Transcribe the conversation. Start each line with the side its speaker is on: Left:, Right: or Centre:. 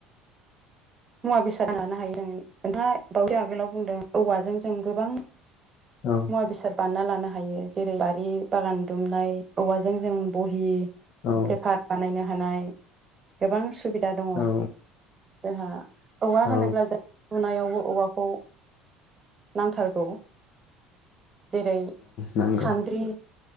Right: मुवा बेसाद लानो हायो आ ओमफ्राय बावसाय आगोलाव बुंदों औवाजों जों गोबां मुवा
Left: औ
Right: बेसाद बानायना ला नो हायो जेरै बारि बागान दुमनाय औवाजों जों बहि
Left: औ
Right: पेपार बानायनो हानाय गोबां सुबिदा दङ
Left: औ
Right: जोंहा औवा होनोब्ला
Left: औ
Right: जों लुनायावबो औवाखौ नांथारगौ। जेरै
Left: नंगौ
Right: सानद्रि